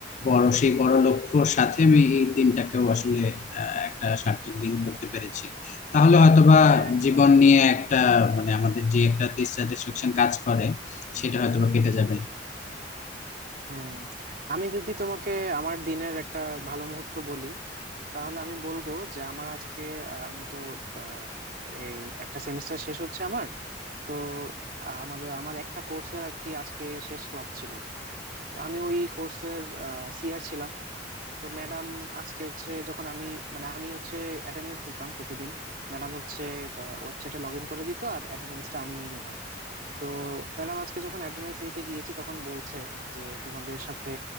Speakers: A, on the left; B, on the right.
A: বড় সেই বড় লক্ষ্যর সাথে আমি এই দিনটাকেও আসলে আহ, একটা সার্থক দিন করতে পেরেছি তাহলে হয়তোবা
B: হ্যাঁ একদম
A: জীবন নিয়ে একটা মানে আমাদের যে একটা ডিসস্যাটিসফ্যাকশন কাজ করে সেটা হয়তোবা কেটে যাবে
B: হুম আমি যদি তোমাকে আমার দিনের একটা ভালো মুহূর্ত বলি তাহলে আমি বলবো যে আমার আজকে আহ, আমি তো আহ, এই একটা সেমিস্টার শেষ হচ্ছে আমার তো আমাদের আমার একটা কোর্সের আর কি আজকে শেষ ক্লাস ছিল তো আমি ওই কোর্সের সিআর ছিলাম তো ম্যাডাম আজকে হচ্ছে যখন আমি মানে আমি হচ্ছে অ্যাটেন্ডেন্স নিতাম প্রতিদিন ম্যাডাম হচ্ছে ওয়েবসাইটে লগ ইন করে দিত আর অ্যাটেন্ডেন্সটা আমি নিয়ে নিতাম তো ম্যাডাম আজকে যখন অ্যাটেন্ডেন্স নিতে গিয়েছি তখন বলছে যে তোমাদের সাথে